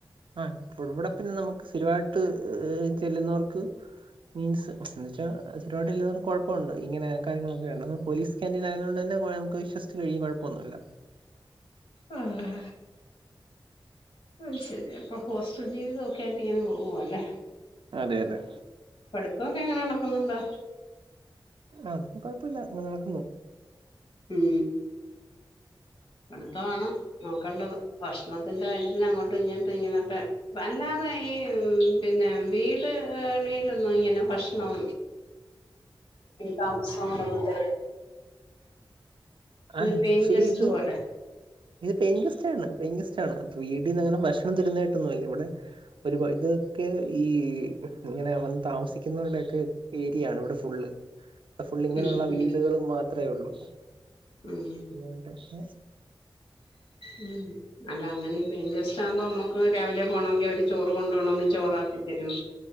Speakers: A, on the right; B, on the left.
A: ആഹ് ഇവിടെ പിന്നെ നമ്മക്ക് സ്ഥിരവായിട്ട് ചെല്ലുന്നവർക്ക് മീൻസ് എന്ന് വെച്ചാ സ്ഥിരവായിട്ട് കൊഴപ്പൊണ്ട് ഇങ്ങനെ കാര്യങ്ങളൊക്കെയൊണ്ട് പോലീസ് ക്യാന്റീനായത്കൊണ്ട് തന്നെ കൊഴ് നമ്മക്ക് വിശ്വസിച്ച് കഴിക്കാം കൊഴപ്പൊന്നുല്ലാ
B: ഉം ഉം ഉം അയ് ശെരി അപ്പൊ ഹോസ്റ്റൽ ജീവിതോക്കെ ആയിട്ട് ഇങ്ങനെ പോവുവാ അല്ലേ
A: അതെ അതെ
B: പഠിത്തം ഒക്കെ എങ്ങനെ നടക്കുന്നുണ്ട്
A: അത് ഒന്നും കൊഴപ്പയില്ല ഇങ്ങനെ നടക്കുന്നു
B: ഉം പഠിത്തവാണ് നോക്കേണ്ടത് ഭക്ഷണത്തിന്റെ കാര്യത്തിന് അങ്ങോട്ടും ഇങ്ങോട്ടും ഇങ്ങനൊക്കെ അല്ലാതെ ഈ പിന്നെ വീട് <unintelligible> ഇങ്ങനെ ഭക്ഷണം താമസവും കൂടെ
A: ആ
B: ഇത് പെയിൻ
A: ആക്ച്വലി
B: ഗസ്റ്റ്
A: ഇത്
B: പോലെ
A: ഇത് പെയിൻ ഗസ്റ്റാണ് പെയിൻ ഗസ്റ്റാണ് ഇപ്പ വീട്ടിന്നങ്ങനെ ഭക്ഷണം തരുന്നായിട്ടൊന്നും അല്ല ഇവിടെ ഒരു ഇതൊക്കെ ഈ ഇങ്ങനെ വന്ന് താമസിക്കുന്നവരുടെക്കെ ഏരിയാണ് ഇവിടെ ഫുള്ള് ഫുള്ള് ഇങ്ങനൊള്ള
B: ഉം
A: വീടുകളും
B: ഉം
A: മാത്രേ ഒള്ളൂ
B: ഉം
A: അതൊണ്ട് ഏഹ്
B: ഉം അല്ല അങ്ങനെ ഈ പെയിൻ ഗസ്റ്റാകുമ്പോ നമ്മക്ക് രാവിലെ പോണോങ്കി അവര് ചോറ് കൊണ്ട് പോണോങ്കി ചോറാക്കിത്തരും